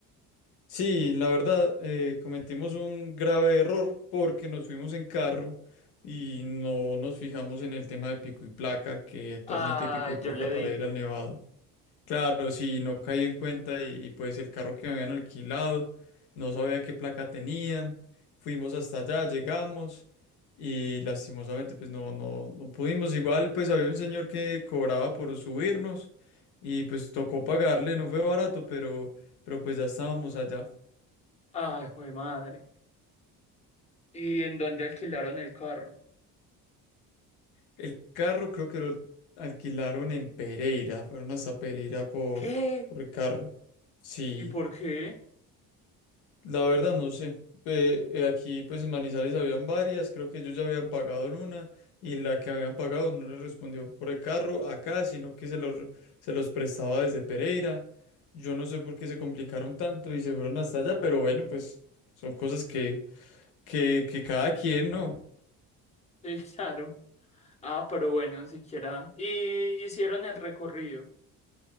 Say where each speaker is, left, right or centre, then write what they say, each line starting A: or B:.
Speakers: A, on the left (about 80°); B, on the left (about 20°).
A: Sí, la verdad, eh, cometimos un grave error porque nos fuimos en carro y no nos fijamos en el tema de pico y placa, que actualmente
B: Ah,
A: hay pico y placa
B: yo le dije.
A: para ir al Nevado. Claro, sí, no caí en cuenta y, y, pues el carro que me habían alquilado, no sabía qué placa tenía, fuimos hasta allá, llegamos y lastimosamente pues no, no, no pudimos, igual pues había un señor que cobraba por subirnos y pues tocó pagarle, no fue barato, pero, pero pues ya estábamos allá.
B: Ay, güey, madre. ¿Y en dónde alquilaron el carro?
A: El carro creo que lo alquilaron en Pereira, fueron hasta Pereira por,
B: ¿Qué?
A: por el carro, sí.
B: ¿Y por qué?
A: La verdad no sé. Eh, eh, aquí pues en Manizales habían varias, creo que ellos ya habían pagado en una y la que habían pagado no les respondió por el carro acá, sino que se los, se los prestaba desde Pereira. Yo no sé por qué se complicaron tanto y se fueron hasta allá, pero bueno, pues son cosas que, que, que cada quien, ¿no?
B: <laughs> Sí, claro. Ah, pero bueno, siquiera. Y hicieron el recorrido.